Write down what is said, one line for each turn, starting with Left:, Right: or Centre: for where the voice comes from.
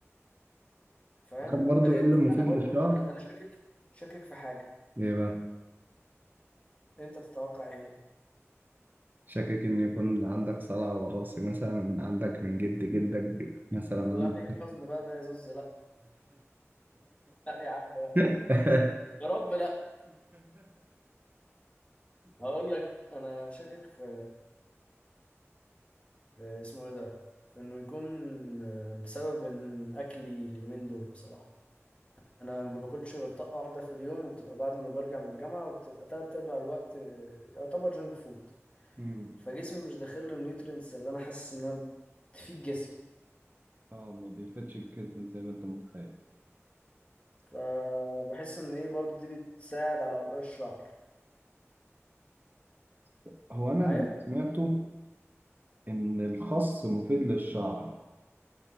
Left: فاهم
Right: عارف برضو
Left: وده غير
Right: ايه اللي
Left: كده
Right: مفيد
Left: انا برضو
Right: للشعر؟
Left: انا انا شاكك شاكك في حاجه
Right: ايه بقى؟
Left: انت تتوقع ايه
Right: شاكك ان يكون عندك صلع وراثي مثلا عندك من جد جدك مثلا
Left: هي لا
Right: عندك
Left: ايه الحزن بقى ده يا زوز لا لا يا عم بقى
Right: <laughs>
Left: يا رب لا هقول لك انا شاكك في في اسمه ايه ده في انه يكون بسبب ان الاكل اليومين دول بصراحه انا ما باكلش غير طاقه واحده في اليوم وبتبقى بعد ما برجع من الجامعه وبتبقى تلات ارباع الوقت يعتبر جنك فود
Right: مم.
Left: فجسمي مش داخل له النيوترينتس اللي انا حاسس انها تفيد جسمي
Right: اه ما بيفتش الكتم زي ما انت متخيل
Left: فبحس ان ايه برضو دي بتساعد على وقوع الشعر
Right: بس هو انا
Left: معايا
Right: اللي سمعته ان الخس مفيد للشعر